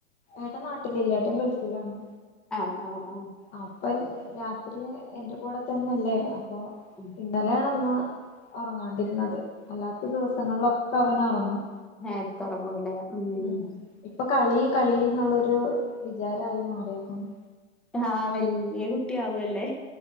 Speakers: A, on the left (about 20°); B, in the centre.
A: ഏട്ടൻ നാട്ടിലില്ല ഏട്ടൻ ഗൾഫിലാണ്
B: ആഹ് ആഹ് ആഹ്
A: അപ്പൊ രാത്രി എന്റെ കൂടെ തന്നെല്ലേ അപ്പൊ
B: മ്മ്
A: ഇന്നലെയാണ് ഒന്ന് ഉറങ്ങാണ്ടിരുന്നത് അല്ലാത്ത ദിവസങ്ങളിലൊക്കെ അവൻ ഉറങ്ങും
B: നേരത്തെ ഉറങ്ങൂലേ മ്മ് മ്മ്
A: ഉം ഇപ്പൊ കളി കളി എന്നുള്ളൊരു വിചാരമായി മാറിയേക്കുന്നു
B: ആഹ് വലിയ കുട്ടിയാവുവല്ലെ